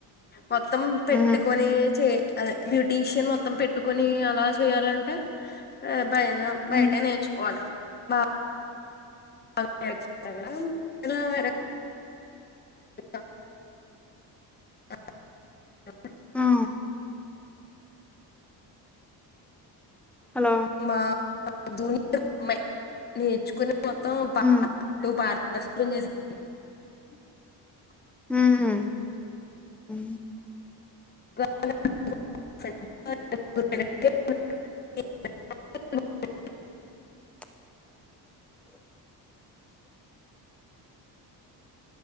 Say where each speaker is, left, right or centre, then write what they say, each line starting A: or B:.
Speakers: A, on the left; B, in the centre.
A: మొత్తం పెట్టుకోని
B: ఉ
A: చే అదే బ్యూటీషియన్ మొత్తం పెట్టుకోని అలా చేయాలంటే పైన
B: ఉ
A: బయట నేర్చుకోవాలని బా <inaudible> ఎత అ
B: ఆ హలో
A: మా జూనియర్ అమ్మాయి నేర్చుకొని మొత్తం ప
B: ఉ
A: టూ పార్లర్స్ <unintelligible>
B: హ్మ్
A: <inaudible>
B: <inaudible>